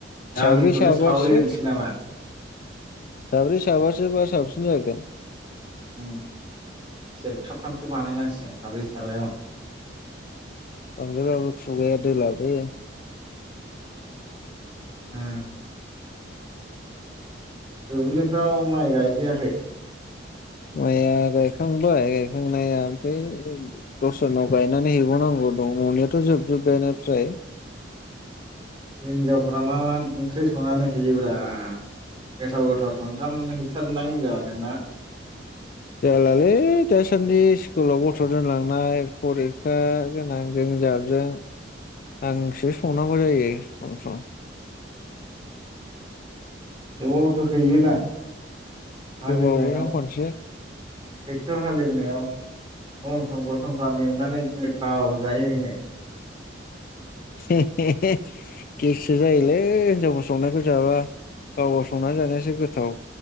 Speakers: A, on the right; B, on the left.
A: गामिखौनो
B: साब्रै साबासो।
A: सावरि होनोसै नामा
B: साब्रै साबासो बा साबसिन जागोन।
A: ओम सेरखाथामसो बानायनांसिगोन साब्रै साबायाव।
B: बांद्रायबाबो खुगाया दोलाबो।
A: ओ दुब्लिफ्राव माइ गायहैयाखै।
B: माइया गायखांबाय गायखांनाया ओमफ्राय दस्रानाव गायनानै हैबावनांगौ दं न'नियाथ' जोबजोब्बायानो फ्राय।
A: हिन्जावफ्रा मा मा ओंख्रि संनानै हैयोब्रा? गोथाव गोथाव संथारनानै हैथारो दां हिन्जावा नोंना।
B: जालालै दासान्दि स्कुलाव गथ' दोनलांनाय फरिखा। गोनांजों जाबजों आंसो संनांगौ जायो सम सम।
A: थेवबाबोथ' हैयोना। हालेवनायाव
B: गोबावनो खनसे।
A: ट्रेक्टर हालेवनायाव खम संख्ल्र' संख्ला एवनानै गोथाव जायो नोङो।
B: हे हे हे गेससो जायोलै हिनजावफोर संनायखौ जाब्ला गावबाव संनानै जानायासो गोथाव।